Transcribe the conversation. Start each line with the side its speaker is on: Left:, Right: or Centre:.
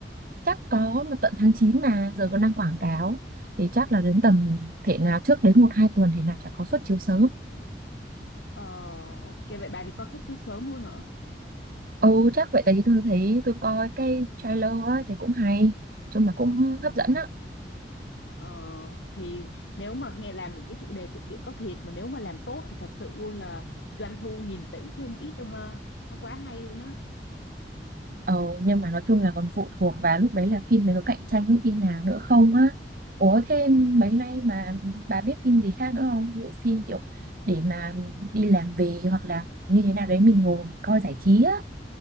Right: chắc có mà tận tháng 9 mà giờ còn đang quảng cáo thì chắc là đến tầm thể nào trước đấy một hai tuần thì là chả có suất chiếu sớm
Left: Ờ ok vậy bà đi coi xuất xứ sớm luôn hả?
Right: ừ chắc vậy đấy tôi thấy tôi coi cái trailer á thì cũng hay chung là cũng
Left: Ừ.
Right: hấp dẫn á
Left: Ờ, thì nếu mà nghe làm những cái chủ đề sự kiện có thiệt mà nếu mà làm tốt thì thật sự luôn là doanh thu nghìn tỷ chứ không ít đâu ha. Nó quá hay luôn á.
Right: ừ nhưng mà nói chung là còn phụ thuộc vào lúc đấy là phim này có cạnh tranh với phim nào nữa không á ủa thêm
Left: Ờ.
Right: mấy nay mà bà biết phim gì khác nữa không ví dụ phim kiểu để mà đi làm về hoặc là như thế nào đấy mình ngồi mình coi giải trí á